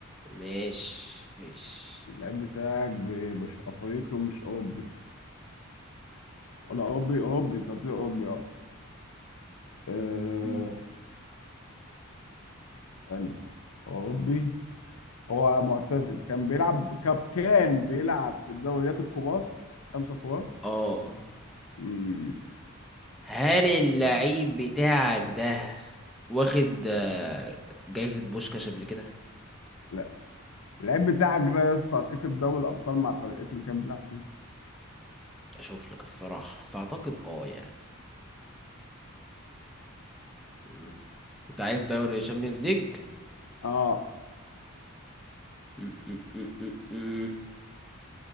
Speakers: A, in the centre; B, on the left.
A: مش مش
B: اللعيب بتاعك ب- مش افريقي ومش اوروبي ولا اوروبي اوروبي تعتبر اوروبي اه آه.
A: مم.
B: استنى هو اوروبي هو معتزل كان بيلعب كاب كان بيلعب في الدوريات الكبار خمسة كبار
A: اه
B: امم
A: هل اللعيب بتاعك ده واخد آه، جايزة بوشكاش قبل كده
B: لا اللعيب بتاعك ده يا اسطى كسب دوري الابطال مع فرقته اللي كان بيلعب فيها
A: اشوف لك الصراحة بس اعتقد اه يعني مم. انت عايز دوري شامبيونز ليج
B: اه
A: مم، مم، مم، مم، مم.